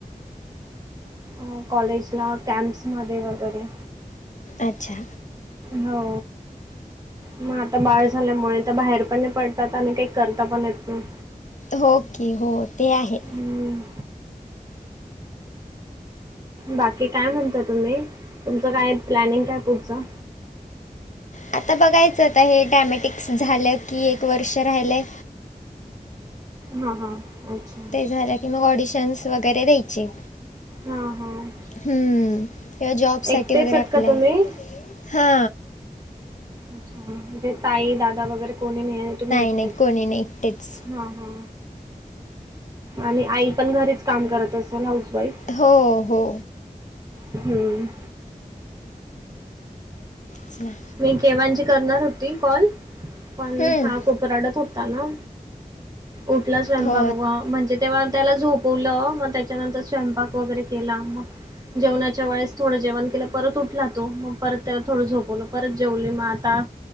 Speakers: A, on the right (about 25°); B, on the left (about 55°).
A: अ कॉलेज ला कॅम्प्स मध्ये वगैरे
B: अच्छा.
A: हो. मग आता बाळ झाल्यामुळे तर बाहेर पण नाही पडतात आणि काही करता पण येत नाही.
B: हो क हो ते आहे.
A: हम्म. बाकी काय म्हणता तुम्ही तुमचं काय प्लॅनिंग काय पुढचं
B: आता बघायचंता हे डॅमॅटिक्स झालं की एक वर्ष राहिलंय.
A: हा हा अच्छा.
B: ते झालं की मग ऑडिशन्स वगैरे द्यायचे
A: हां हां
B: हम्म ते्हा जॉब
A: एकटेच
B: सा वगैरे
A: आहेत
B: अप्लाय
A: का तुम्ही?
B: हा
A: अच्छा म्हणे ताई दादा वगैरे कोणी नाही तुम्ही ऐकता
B: नाही कोणी नाही एकटेच.
A: हा हा आणि आई पण घरीच काम करत असेल हाऊस वाईफ
B: हो हो
A: हम्म
B: असले
A: मी केवांजी करणार होती कॉल पण
B: हं.
A: हा खूप रडत होता ना उठला स्वयंपाक
B: हो,
A: व म्हणजे तेव्हा त्याला झोप पूलं मगं त्यांच्यानंतर स्वयंपाक वगैरें केलां मगं जेवण्याच्या वेळेस थोडं जेवणं केलं परत उठला तो मग परत त्याला थोडं झोपवलं परत जेवले मग आता